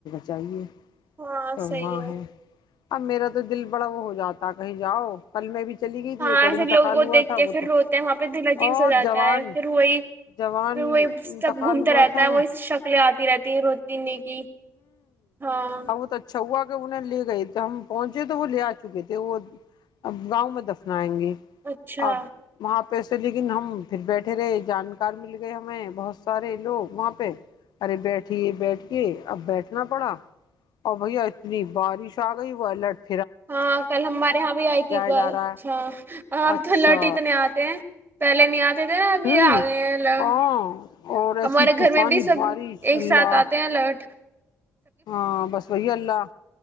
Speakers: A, on the left; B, on the right.
A: چاہیے
B: ہاں
A: تو
B: صحیح
A: وہاں
B: ہے
A: اب میرا تو دل بڑا وہ ہو جاتا ہے کہیں جاؤ کلمے بھی چلی گئی تھی
B: ہاں
A: ایک اور
B: ایسے
A: انتقال
B: لوگ وہ
A: ہوا
B: دیکھتے
A: تھا
B: ہیں
A: وہ
B: پھر
A: تو
B: روتے ہیں وہاں پہ دلچسپ
A: اور
B: ہو جاتا
A: جوان
B: ہے پھر وہی
A: جوان
B: پھر وہی سب
A: انتقال
B: گھومتا
A: ہوا
B: رہتا
A: تھا
B: ہے وہ اس شکلیں اتی رہتی روتی نہیں کی ہاں
A: بہت اچھا ہوا تو انہوں نے لے گئی تو ہم پہنچے تو وہ لے ا چکے تھے وہ اب گاؤں میں دفنائیں گے
B: اچھا
A: اب وہاں لیکن ہم پھر بیٹھے رہے جانکار مل گئے ہمیں بہت سارے لوگ وہاں پہ ارے بیٹھی بیٹ کہ اپ بیٹھنا پڑا اور وہی اتنی بارش اگئی وائلٹ
B: ا کل ہمارے ہاں بھی ائی تھی
A: جا
B: اچھا
A: رہا ہے
B: اپ
A: اچھا
B: تھلٹی اتنے اتے ہیں پہلے نہیں ابھی
A: ہوں
B: اگئے ہیں لو
A: ہاں اور ایسی
B: ہمارے
A: طوفانی
B: گھر میں بھی سب
A: بارش
B: ایک
A: اللہ
B: ساتھ اتے ہیں لوٹ
A: ہاں بس وہی اللہ